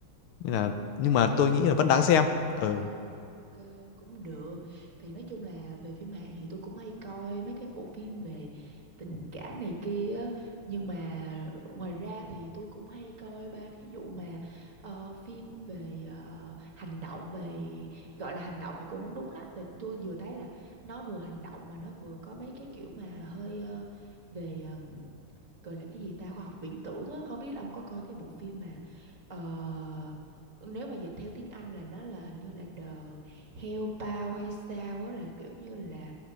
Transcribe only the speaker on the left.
nên là nhưng
mà
tôi nghĩ
là vẫn đáng xem ừ